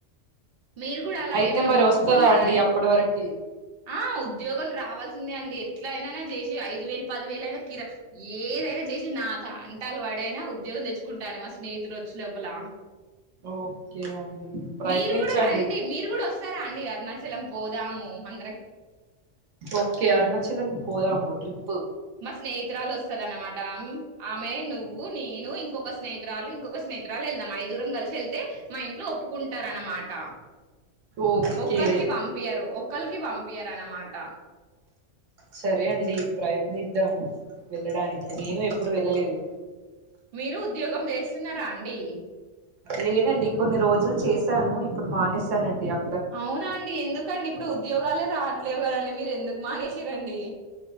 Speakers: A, on the right (about 55°); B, on the right (about 85°).
A: మీరు కూడా అలా
B: అయితే
A: ఏమన్నా
B: మరి
A: మొక్కుకున్నారా
B: వస్తదా అండి అప్పటి వరకు
A: ఆ ఉద్యోగం రావాల్సిందే అండి ఎట్లా అయిననా చేసి ఐదు వేలు పది వేల అయినా కిరా ఏదైనా చేసి నా తంటాలు పడైనా ఉద్యోగం తెచ్చుకుంటాను మా స్నేహితులు వచ్చే లోపల
B: ఓకే అండి ప్రయత్నించండి
A: మీరు కూడా రండి మీరు కూడా వస్తారా అండి అరుణాచలం పోదాము అ
B: ఓకే అరుణాచలం పోదాము ట్రిప్పు
A: మా స్నేహితురాలు వస్తద అన్నమాట ఆమె నువ్వు నేను ఇంకొక స్నేహితురాలు ఇంకొక స్నేహి తురాలు వెళ్దాం ఐదుగురం కలిసి వెళ్తే మా ఇంట్లో ఒప్పుకుంటారు అన్నమాట
B: ఓకే
A: ఒకరికి పంపియ్యరు ఒకళ్ళికి పంపియ్యరు అన్నమాట
B: సరే అండి ప్రయత్నిద్దాము వెళ్ళడానికి నేను ఎప్పుడు వెళ్ళలేదు
A: మీరు ఉద్యోగం చేస్తున్నారా అండి
B: లేదండి కొన్ని రోజులు చేశాను ఇప్పుడు మానేసానండి అ
A: అవునా అండి ఎందుకండి ఇప్పుడు ఉద్యోగాలే రా ట్లేవు కదండి మీరు ఎందుకు మానేసిరండి